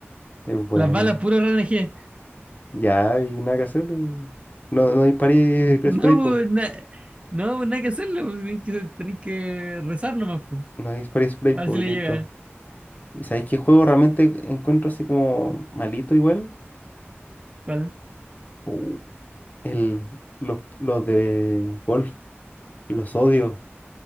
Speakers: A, on the left (about 40°); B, on the right (about 25°).
A: Es bueno.
B: Las balas puro RNG.
A: Ya, hay nada que hacer. eh. No, no disparé
B: No,
A: spray, po.
B: pues, na- no, pues, nada que hacerle, pues, tenés que, tenés que rezar nomás, pues.
A: No disparé spray,
B: A
A: po,
B: ver si
A: y
B: le
A: listo.
B: llega. eh,
A: ¿Y sabéis qué juego realmente encuentro así como malito igual?
B: ¿Cuál?
A: Uh, El, los, los de golf. Los odio.